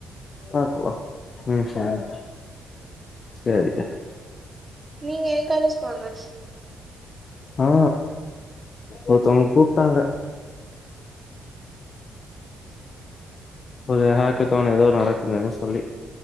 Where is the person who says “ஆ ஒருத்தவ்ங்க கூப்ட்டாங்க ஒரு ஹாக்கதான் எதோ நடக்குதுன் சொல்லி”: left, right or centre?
Left